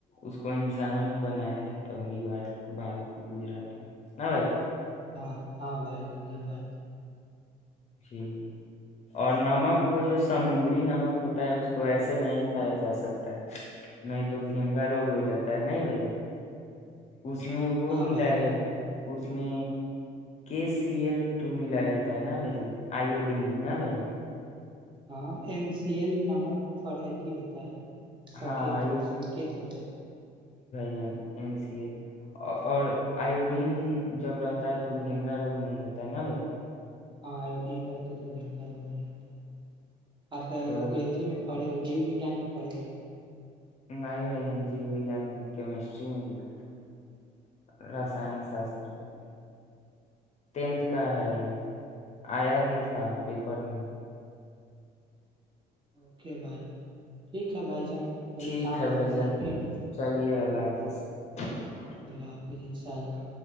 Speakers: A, on the left; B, on the right.
A: اس کو انسانوں نے بنایا تھا پہلی بار بارت میں گجرات میں ن بھائی ج
B: ہاں ہاں بھائی جان یہ بات تو ہے
A: جی اور نمک ہو جو سمندری نمک ہوتا ہے اس کو ایسے نہیں کھایا جا سکتا ہے نہیں تو گھینگا روگ ہو جاتا ہے نہیں بھائی ج اس میں وہ
B: ہاں
A: ملایا
B: بھائی
A: جاتا
B: جان
A: ہے اس میں کے سی ایل ٹو ملایا جاتا ہے نا بھائی جن آئیو ڈ نہ بھ ج
B: ہاں این سی ایل نامک فرت ہی ہوتا ہے سکت
A: ہاں آیو
B: ہو سنکت ہوتے
A: س اور آوڈین جب رہتا ہے تو گیننگا روگ نہیں ہوتا ہے نا بھائی
B: ہاں ایوڈیین رہتے تو گنگ ر نہیں ہوتا آپ
A: تھوڑا
B: گئے تھی میں <inaudible> پڑے ہوئی جیو وجیان میں پڑھی ہوئی <unintelligible>
A: نہیں بھائی جان جیو وگان میں کیمسٹری میں لکھا تھا رسان شاستر <unintelligible> ٹینتھ کا ہے یہ آیا بھی تھا پیپر میں
B: اوکے بھائی ٹھیک ہے بھائی جان تھوڑی
A: ٹھیک
B: کام
A: ہے بھائی
B: آ گئی
A: جان
B: پھر ملتے
A: چلیے اللہا حافظ <unintelligible>
B: اللہ حافظ انشاء اللہ